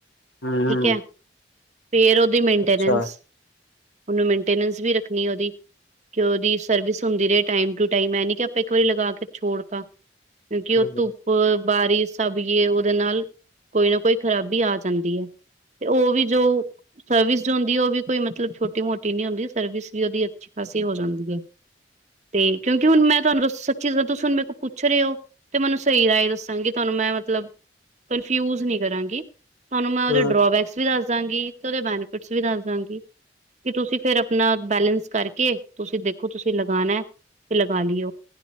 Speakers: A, on the left; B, on the right.
A: ਹਮ
B: ਠੀਕ ਹੈ। ਫੇਰ ਉਦੀ ਮੇਨਟੇਨੈਂਸ,
A: ਅੱਛਾ
B: ਉਨੂੰ ਮੇਨਟੇਨੈਂਸ ਵੀ ਰੱਖਣੀ ਉਹਦੀ ਕਿ ਉਦੀ ਸਰਵਿਸ ਹੁੰਦੀ ਰਏ ਟਾਈਮ ਟੂ ਟਾਈਮ, ਏ ਨੀ ਕਿ ਆਪਾਂ ਇੱਕ ਵਾਰੀ ਲਗਾ ਕੇ ਛੋੜ ਤਾ ਕਿਉਂਕਿ ਉ
A: ਹਮ
B: ਧੁ ਪ ਬਾਰਿਸ਼ ਸਬ ਯੇ ਵੋ ਉਦੇ ਨਾਲ, ਕੋਈ ਨਾ ਕੋਈ ਖ਼ਰਾਬੀ ਆ ਜਾਂਦੀ ਏ। ਤੇ ਉ ਵੀ ਜੋ ਸਰਵਿਸ ਜੋ ਹੁੰਦੀ ਏ, ਉਹ ਵੀ ਕੋਈ ਮਤਲਬ ਛੋਟੀ ਮੋਟੀ ਨੀ ਹੁੰਦੀ ਸਰਵਿਸ ਵੀ ਉਦੀ ਅੱਛੀ ਖਾਸੀ ਹੋ ਜਾਂਦੀ ਏ ਤੇ ਕਿਉਂਕਿ ਹੁਣ ਮੈਂ ਤੁਆਨੂੰ ਦਸ ਸੱਚੀ ਦਸਾ, ਤੁਸੀਂ ਹੁਣ ਮੇ ਕੋਲ ਪੁੱਛ ਰਹੇ ਔ ਤੇ ਮੈਨੂੰ ਸਈ ਰਾਏ ਦੱਸਾਂਗੀ ਤੁਆਨੂੰ ਮੈਂ ਮਤਲਬ, ਕਨਫਿਊਜ ਨੀ ਕਰਾਂਗੀ ਤੁਆਨੂੰ ਮੈਂ ਉਹਦੇ
A: ਹਮ
B: ਡਰੋਬੈਕਸ ਵੀ ਦੱਸ ਦਾਂਗੀ ਤੇ ਉਦੇ ਬੈਨੀਫਿਟਸ ਵੀ ਦੱਸ ਦਾਂਗੀ, ਕਿ ਤੁਸੀਂ ਫੇਰ ਆਪਣਾ ਬੈਲੇੈਂਸ ਕਰਕੇ, ਤੁਸੀਂ ਦੇਖੋ ਤੁਸੀਂ ਲਗਾਣਾ ਤੇ ਲਗਾ ਲੀੳ।